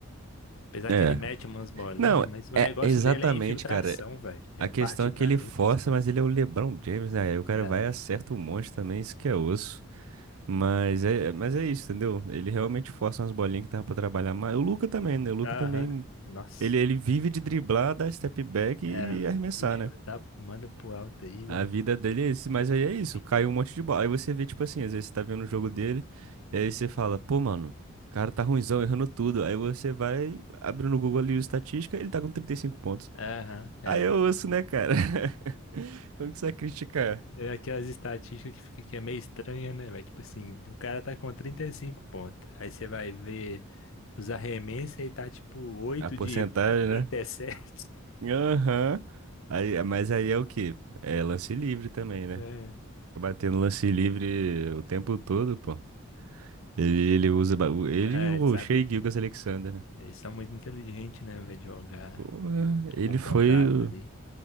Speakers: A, on the left; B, on the right.
A: Apesar
B: É.
A: que ele mete umas bolinhas,
B: Não,
A: mas o negócio
B: é exatamente,
A: dele é infiltração,
B: cara.
A: velho. É
B: A questão
A: partir
B: é que
A: pra
B: ele
A: dentro
B: força,
A: dos caras.
B: mas ele é o LeBron James, né? Aí o cara
A: É.
B: vai e acerta um monte também, isso que é osso. Mas é, mas é isso, entendeu? Ele realmente força umas bolinhas que tava pra trabalhar mais. O Luka também, né? O Luka
A: Aham.
B: também.
A: Nossa.
B: Ele, ele vive de driblar, dar step back
A: É.
B: e arremessar,
A: Ixi,
B: né?
A: tá, manda pro alto aí, vamos
B: A vida
A: ver
B: dele é isso, mas aí é isso,
A: o que
B: caiu
A: que dá.
B: um monte de bola. Aí você vê, tipo assim, às vezes você tá vendo o jogo dele, e aí você fala, pô, mano, o cara tá ruinzão, errando tudo. Aí você vai abrindo no Google ali o estatística, ele tá com 35 pontos.
A: Aham, é.
B: Aí eu ouço, né, cara? <laughs> Como que você vai criticar?
A: É aquelas estatísticas que fica que é meio estranha, né, velho? Tipo assim, o cara tá com 35 pontos. Aí você vai ver os arremessos e tá tipo oito
B: A porcentagem,
A: de
B: né?
A: 37.
B: Aham. Aí, mas aí é o quê? É lance livre também, né?
A: <laughs>
B: Batendo lance livre o tempo todo, pô. Ele, ele usa. ba- o- Ele
A: É,
B: e o
A: sabe?
B: Shea Gilgeous-Alexander, né?
A: Eles são muito inteligentes, né, velho? Jogar
B: Porra, ele
A: com contato
B: foi.
A: ali.
B: o-